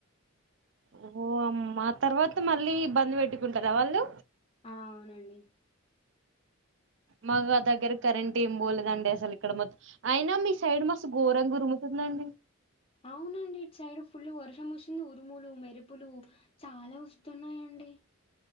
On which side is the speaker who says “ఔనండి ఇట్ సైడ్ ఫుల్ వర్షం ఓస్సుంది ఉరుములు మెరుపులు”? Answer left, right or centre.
Left